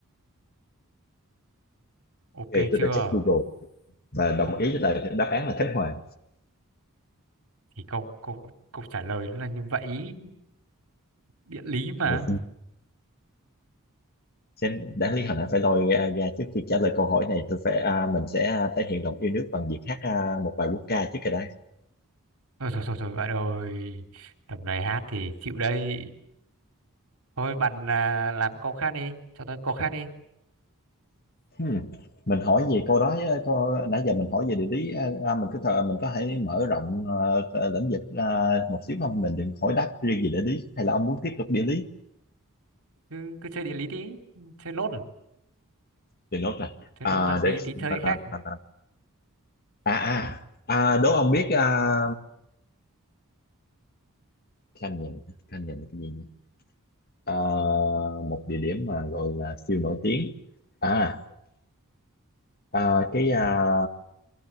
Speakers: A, on the right (about 70°); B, on the left (about 45°).
A: ok
B: tôi
A: chưa
B: đã check Google và đồng
A: ok,
B: ý với lại đáp án là Khánh Hòa
A: thì câu câu câu trả lời nó là như vậy địa lý mà
B: Ui, xem đáng lý hồi nãy phải lôi ra, ra trước khi trả lời câu hỏi này tôi phải à, mình sẽ à, thể hiện lòng yêu nước bằng việc hát à, một bài quốc ca trước cái đã
A: thôi thôi thôi, thôi bạn ơi tầm này hát thì chịu đây thôi bạn à, làm câu khác đi cho tôi câu khác đi
B: Ừm, Mình hỏi về câu đó á, câu, nãy giờ mình hỏi về địa lý à, à, mình có thể- mình có thể mở rộng à, à, lĩnh vực à, một xíu không mình đừng hỏi đáp riêng về địa lý hay là ông muốn tiếp tục địa lý
A: cứ cứ chơi địa lý đi chơi nốt
B: thì nốt là
A: thế
B: à,
A: nốt là tí
B: để
A: tí
B: xem,
A: chơi
B: à,
A: khác
B: à, à, à, à, đố ông biết à, Khanh nhìn Khanh nhìn là cái gì nhỉ? À, một địa điểm mà gọi là siêu nổi tiếng à, à cái à,